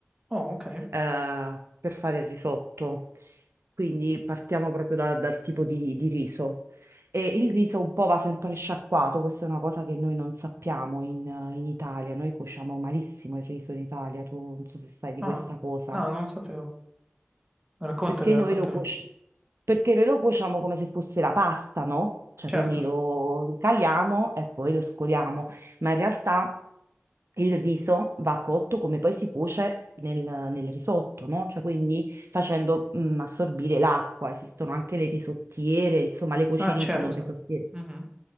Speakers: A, on the right (about 20°); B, on the right (about 85°).
A: Oh, ok.
B: eh, per fare il risotto. Quindi partiamo proprio da- dal tipo di, di riso. E il riso un po' va sempre sciacquato, questa è una cosa che noi non sappiamo in, in Italia, noi cuociamo malissimo il riso in Italia, tu non so se sai di
A: Ah,
B: questa cosa
A: no, non lo sapevo. Raccontami,
B: perché
A: raccontami.
B: noi lo cuoci- perché noi lo cuociamo come se fosse la pasta, no? Cioè,
A: Certo.
B: quindi lo lo caliamo e poi lo scoliamo, ma in realtà il riso va cotto come poi si cuoce nel, nel risotto, no? Cioè, quindi facendo mm, assorbire l'acqua. Esistono anche le risottiere, insomma, le cuocerie
A: Ah, certo.
B: sono risottiere.
A: Mhm.